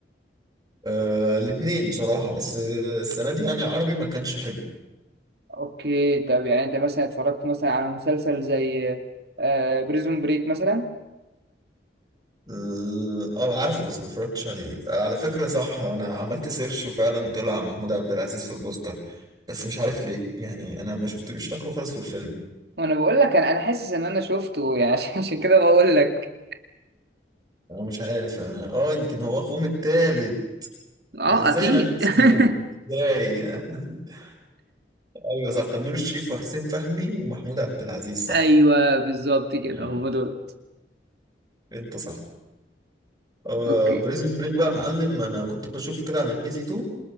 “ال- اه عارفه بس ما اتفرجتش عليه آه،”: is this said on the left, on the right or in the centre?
Right